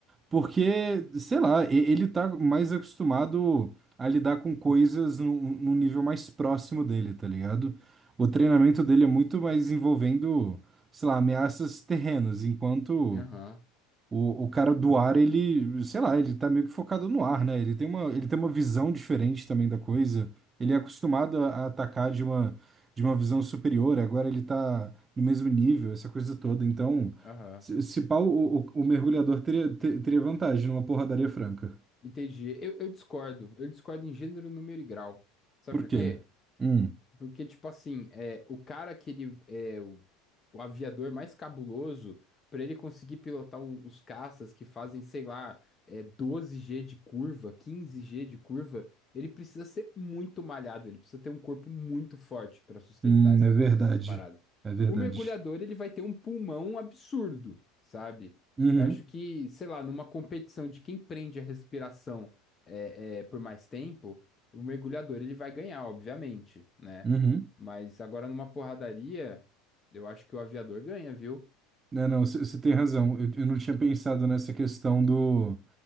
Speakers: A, on the right; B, on the left.
A: Porque, sei lá, e- ele tá mais acostumado a lidar com coisas num, num nível mais próximo dele, tá ligado? O treinamento dele é muito mais envolvendo, sei lá, ameaças terrenas, enquanto
B: Aham,
A: o, o cara do ar, ele, sei lá, ele tá meio que focado no ar, né? Ele tem uma, ele tem uma visão diferente também da coisa. Ele é acostumado a, a atacar de uma, de uma visão superior, agora ele tá no mesmo nível, essa coisa toda. Então,
B: aham.
A: se, se pá, o, o, o mergulhador teria, te- teria vantagem numa porradaria franca.
B: Entendi. Eu, eu discordo. Eu discordo em gênero, número e grau. Sabe
A: Por
B: por
A: quê?
B: quê?
A: Hum,
B: Porque, tipo assim, é, o cara que ele é o, o aviador mais cabuloso, pra ele conseguir pilotar o- os caças que fazem, sei lá, é, doze g de curva, quinze g de curva, ele precisa ser muito malhado, ele precisa ter um corpo muito forte pra sustentar
A: hum,
B: essas,
A: é verdade.
B: essas paradas.
A: É verdade.
B: O mergulhador, ele vai ter um pulmão absurdo, sabe?
A: Uhum,
B: Eu acho que, sei lá, numa competição de quem prende a respiração é, é, por mais tempo. O mergulhador ele vai ganhar, obviamente, né?
A: uhum.
B: Mas agora numa porradaria, eu acho que o aviador ganha, viu?
A: Não, não, você tem razão. Eu, eu não tinha pensado nessa questão do